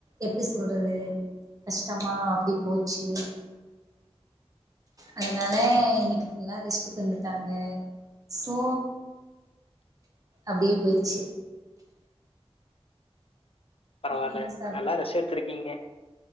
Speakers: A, on the right; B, on the left.
A: எப்டி சொல்றது கஷ்டமா அப்டி போச்சு அதனால இன்னிக்கு ஃபுல்லா ரெஸ்ட்டு தந்துட்டாங்க ஸோ அப்டியே போயிடுச்சு
B: பரவால்ல
A: நீங்க என்ன சாப்
B: நல்லா ரெஸ்ட்டு எத்துருக்கீங்க